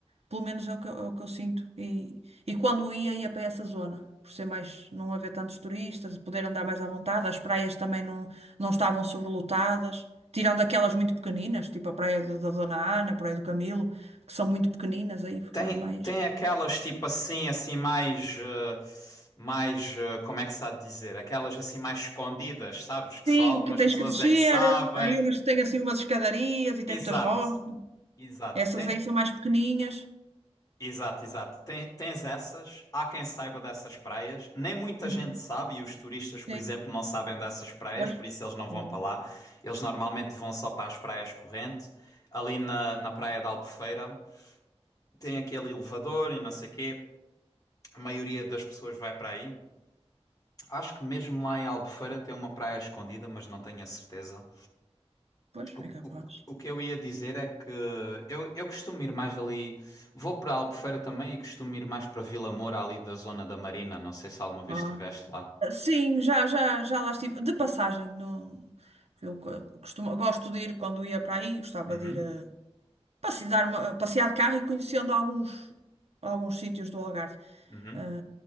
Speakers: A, on the right (about 70°); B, on the left (about 30°).
A: Pelo menos é o que, eu- é o que eu sinto. E, e quando ia, ia para essa zona. Por ser mais, não haver tantos turistas, poder andar mais à vontade. As praias também não, não estavam sobrelotadas. Tirando aquelas muito pequeninas, tipo a praia da da Dona Ana, a praia do Camilo, que são muito pequeninas, aí ficava
B: Tem,
A: mais.
B: tem aquelas tipo assim, assim mais, eh, mais, eh, como é que se há de dizer? Aquelas assim mais escondidas, sabes? Que
A: Sim,
B: só algumas
A: que tens
B: pessoas
A: que descer.
B: é que sabem.
A: Aí umas que têm assim umas escadarias e tem
B: Exato,
A: muitas rochas.
B: exato.
A: Essas
B: Tem,
A: aí são mais pequenininhas.
B: exato, exato. Tem, tens essas, há quem saiba dessas praias. Nem muita
A: Hum.
B: gente sabe, e os turistas, por
A: Sim.
B: exemplo, não sabem dessas praias,
A: Pois,
B: por isso eles não vão
A: Exato.
B: para lá. Eles normalmente vão só para as praias corrente. Ali na, na praia da Albufeira tem aquele elevador e não sei o quê. A maioria das pessoas vai para aí. Acho que mesmo lá em Albufeira tem uma praia escondida, mas não tenho a certeza.
A: pois,
B: O,
A: é capaz.
B: o- o que eu ia dizer é que eu, eu costumo ir mais ali. Vou para Albufeira também e costumo ir mais para Vila Moura, ali da zona da Marina. Não sei se alguma vez
A: Ah.
B: estiveste lá.
A: Sim, já, já, já lá estive. De passagem, não... eu co- costumo, gosto de ir quando ia para aí, gostava
B: Uhum,
A: de ir a passear, uma- passear de carro e conhecendo alguns, alguns sítios do Algarve.
B: uhum.
A: Ah,